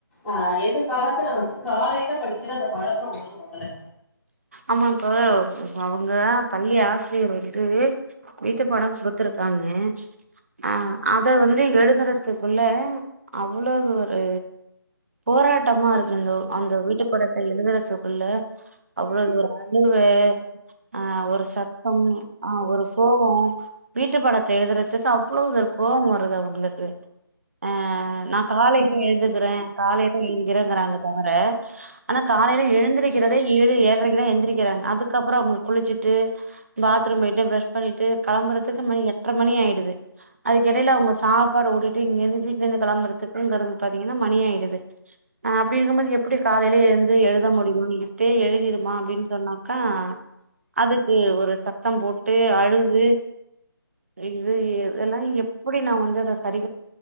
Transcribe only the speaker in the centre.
ஆ எதிர்கால துல வந்து காலையில படிக்கிற அந்த பழக்கம் வரும் மொதல்ல